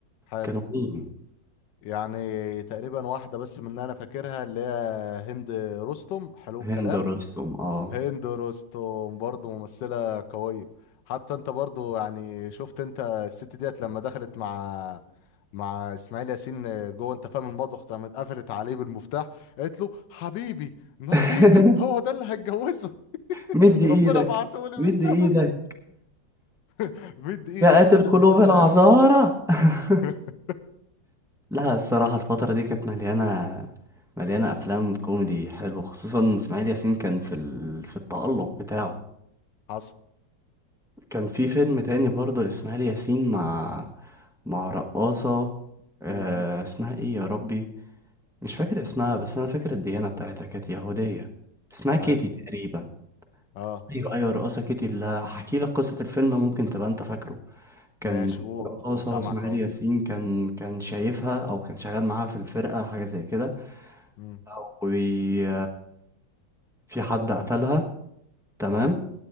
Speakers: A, on the left (about 70°); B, in the centre.
A: حلو
B: كانوا مين
A: يعني تقريبا واحده بس من اللي انا فاكرها اللي هي هند رستم حلو الكلام
B: هند رستم اه
A: هند رستم برضه ممثلة قوية حتى انت برضه يعني شفت انت الست ديت لما دخلت مع مع اسماعيل ياسين جوه انت فاهم المطبخ قامت قفلت عليه بالمفتاح قالت له حبيبي نصيبي
B: <laughs>
A: هو ده اللي هتجوزه
B: مد
A: <laughs>
B: ايدك
A: ربنا بعته لي
B: مد
A: من السما
B: ايدك
A: <laughs> مد ايدك
B: يا قاتل
A: وخد
B: قلوب
A: المفتاح
B: العذارى <laughs>
A: <laughs>
B: لا الصراحة الفترة دي كانت مليانة مليانة أفلام
A: مم.
B: كوميدي حلوة خصوصا إسماعيل ياسين كان في ال... في التألق بتاعه
A: حصل
B: كان في فيلم تاني برضه لإسماعيل ياسين مع مع رقاصة آه...
A: مم.
B: اسمها إيه يا ربي مش فاكر اسمها بس أنا فاكر الديانة بتاعتها كانت يهودية اسمها كيتي
A: حلو
B: تقريبا
A: اه
B: أيوة أيوة رقاصة كيتي اللي هحكي لك قصة الفيلم ممكن تبقى أنت فاكره كان
A: ماشي قول
B: رقاصة
A: انا سامعك
B: وإسماعيل
A: اهو
B: ياسين كان كان شايفها أو كان شغال معاها في الفرقة حاجة زي كده
A: مم.
B: وفي حد قتلها تمام
A: تمام